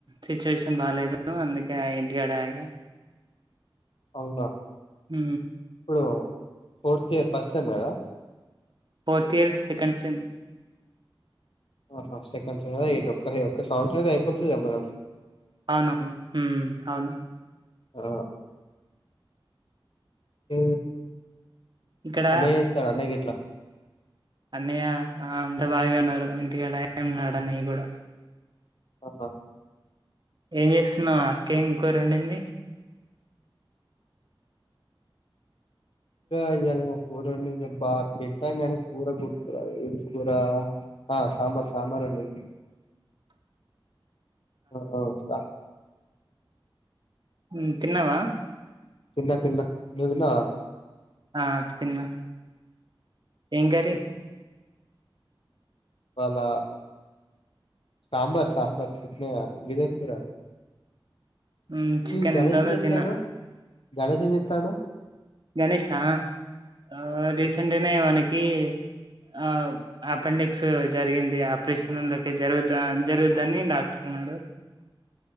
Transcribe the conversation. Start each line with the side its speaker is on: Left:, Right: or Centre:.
Right: సిచ్యువేషన్ బాలేదు అందుకే ఇంటికాడ ఇగా
Left: అవునా
Right: ఉ
Left: ఇప్పుడు ఫోర్త్ ఇయర్ ఫస్ట్ సెమ్మేనా
Right: ఫోర్త్ ఇయర్స్ సెకండ్ సిమ్
Left: ఆహా సెకంద ఒ ఒక్క సంవత్సరం అయితే అయిపోతుదా మనం
Right: అవునువును ఉ అవును
Left: ఆ ఉ
Right: ఇక్కడ
Left: అన్న చేస్తాడు అన్న కేట్లా
Right: అన్నయ్య ఆ అంత బాగాన్నారు ఇంటికాడ ఉన్నాడు అన్నయ్య కూడా
Left: ఆఓహా
Right: ఏం చేస్తున్నావ్ అక్కే ఏం కూర ఉండింది
Left: ఇంకా ఇ్యద ఏమో కూరండిే బా తింటాం గాని కూర గుర్ తు రాదు ఏంకూర ఆ సాబార్ సాబార్ వండింది ఆ స
Right: ఉ తిన్నావా
Left: తిన్న తిన్న నువ్వు తిన్నావా
Right: ఆ తిన్న ఏం కర్రీ
Left: ఇవాళ సాంబార్ సాంబర్ చట్నేయా మీది ఏం కూర
Right: హ్మ్. చికెన్
Left: ఈ గణేష్
Right: ఎంత ఉందో
Left: చేతాండు
Right: తిన్నా
Left: గణేష్ ఏం చేతండు
Right: గణేషా ఆ రీసెంట్గానే వానికి ఆ అపెండిక్స్ జరిగింది ఆపరేషన్ లోకి జరుగు జరుగుద్దని డాక్టర్ వాడు